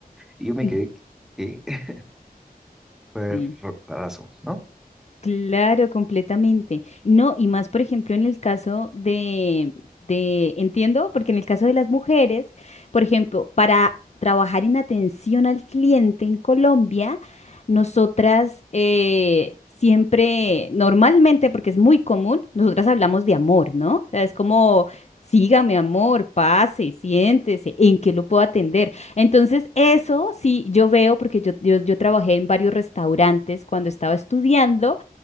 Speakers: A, in the centre; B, on the left (about 45°).
A: y yo me
B: ujú,
A: quedé,
B: <laughs>
A: ¿qué? <laughs> Fue
B: Sí.
A: rarazo, ¿no?
B: Claro, completamente. No, y más, por ejemplo, en el caso de, de, entiendo, porque en el caso de las mujeres, por ejemplo, para trabajar en atención al cliente en Colombia, nosotras eh, siempre, normalmente, porque es muy común, nosotras hablamos de amor, ¿no? O sea, es como, sígame, amor, pase, siéntese, ¿en qué lo puedo atender? Entonces, eso sí, yo veo, porque yo, yo, yo trabajé en varios restaurantes cuando estaba estudiando.